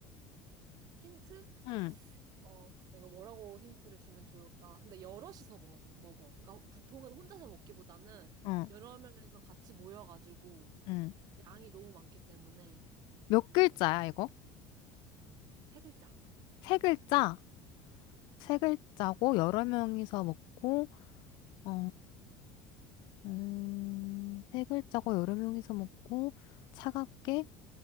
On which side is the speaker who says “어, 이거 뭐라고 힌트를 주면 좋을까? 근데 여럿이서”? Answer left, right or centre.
Right